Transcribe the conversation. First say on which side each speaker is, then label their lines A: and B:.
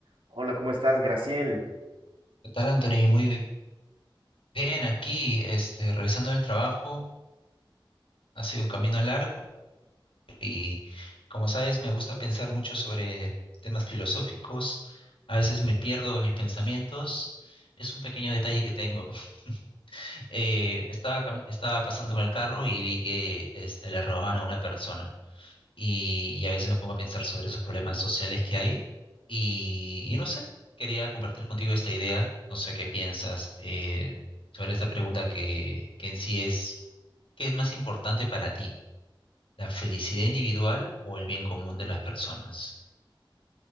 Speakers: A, on the right; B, on the left.
A: Hola, ¿cómo estás, Graciel?
B: ¿Qué tal, Anthony? Muy bien, aquí, este, regresando del trabajo, ha sido un camino largo y, como sabes, me gusta pensar mucho sobre temas filosóficos. A veces me pierdo en mis pensamientos. Es un pequeño detalle que tengo. <laughs> Eh, estaba, cami- estaba pasando con el carro y vi que, este, le robaban a una persona. y, y a veces me pongo a pensar sobre esos problemas sociales que hay y, y no sé, quería compartir contigo esta idea, no sé qué piensas eh, sobre esta pregunta que, que en sí es, ¿qué es más importante para ti? ¿La felicidad individual o el bien común de las personas?